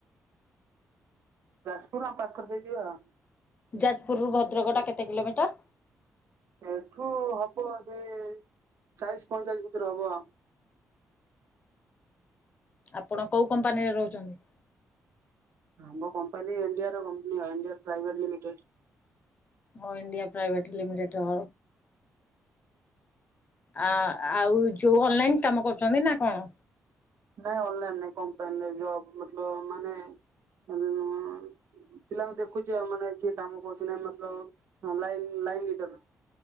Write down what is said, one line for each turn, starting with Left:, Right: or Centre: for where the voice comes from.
Right: ଯାଜପୁର ଆମ ପାଖରେ ଯିବି ଆଉ
Left: ଯାଜପୁରରୁ ଭଦ୍ରକଟା କେତେ କିଲୋମିଟର?
Right: ଏଠୁ ହବ ଯେ ଚାଳିଶ ପଇଁଚାଳିଶ ଭିତରେ ହବ ଆଉ
Left: ଆପଣ କେଉଁ କମ୍ପାନୀରେ ରହୁଛନ୍ତି?
Right: ଆମ କମ୍ପାନୀ ଇଣ୍ଡିଆର କମ୍ପାନଣ୍ଡିଆ ପ୍ରାଇଭେଟ ଲିମିଟେଡ
Left: ଅ ଇଣ୍ଡିଆ ପ୍ରାଇଭେଟ ଲିମିଟେଡ ଆ ଆଉ ଯୋଉ ଅନଲାଇନ କାମ କରୁଛନ୍ତି ନା କଣ
Right: ନାଇଁ ଅନ୍ ଲାଇନରେ କମ୍ପାନୀରେ ଜବ ମତଲବ ମାନେ <unintelligible> ପିଲାଙ୍କୁ ଦେଖୁଛି ଆଉ ମାନେ କିଏ କାମ କରୁଚି ନା ମତଲବ ଲାଇ ଲାଇଟର